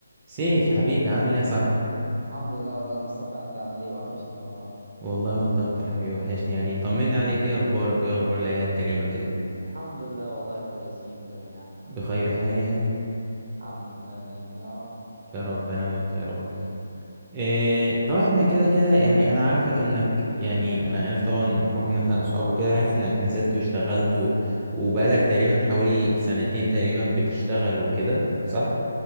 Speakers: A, on the right; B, on the right.
A: سيف حبيبي عامل ايه يا صاحبي
B: الحمد لله والله يا مصطفى انت عامل ايه وحشني والله
A: والله وانت اكتر حبيبي وحشني يعني طمني عليك ايه اخبارك وايه اخبار العيله الكريمه كده
B: الحمد لله والله كويسين جميعا الحمد
A: بخير
B: لله
A: حال يعني
B: الحمد لله دايما يا رب
A: يا رب انا وانت يا رب إيه طبعا احنا كده كده يعني انا عارفك انك يعني انا عارف طبعا حكم ان احنا اصحاب وكده عارف انك نزلت واشتغلت و- وبقالك تقريبا حوالي سنتين تقريبا بتشتغل وكده صح